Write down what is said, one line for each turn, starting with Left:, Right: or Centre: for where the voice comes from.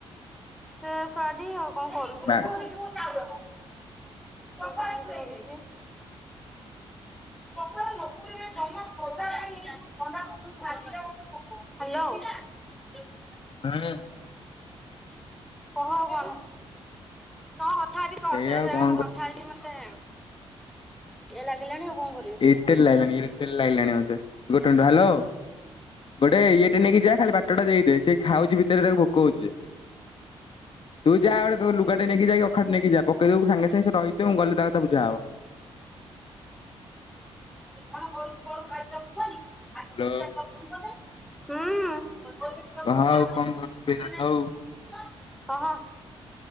Centre: ସେ ଶାଢୀ, ଆଉ କଣ କରୁଥିବ।
Left: ବା
Centre: <unintelligible> <unintelligible> ହ୍ୟାଲୋ।
Left: <unintelligible>
Centre: କହ ଆଉ କଣ? ତମ କଥା ଆଜି କହ।
Left: ଏଇ
Centre: <unintelligible>
Left: ଆଉ କଣ କ
Centre: ଖାଇଛି ମତେ, ଇଏ ଲାଗିଲାଣି ଆଉ କଣ କରିବି।
Left: ଇରିଟେଟ ଲାଗିଲାଣି, ଇରିଟେଟ ଲାଗିଲାଣି ମୋତେ। ଗୋଟେ ମିନିଟ ରହ। ହାଲୋ। ଗୋଟେ ଇ ଟେ ନେଇକି ଯା, ଖାଲି ବାଟଟା ଦେଇଦେ। ସେ ଖାଉଛି ଭିତରେ ତାକୁ ଭୋକ ହଉଚି ଯେ। ତୁ ଯା ଗୋଟେ ଲୁଗାଟେ ନେଇକି ଯା କି ଅଖା ଟେ ନେଇକି ଯା। ପକେଇ ଦବୁ ସାଙ୍ଗେ ସାଙ୍ଗେ ସେ ରହିଥିବ। ମୁଁ ଗଲେ ତା କଥା ବୁଝାହବ।
Centre: ସେ କଣ କରୁଚି କରୁ। <unintelligible>
Left: ହ୍ୟାଲୋ।
Centre: ହୁଁ।
Left: କହ
Centre: କହ।
Left: ଆଉ କଣ କରୁଛୁ ଏଇରା ତ ଆଉ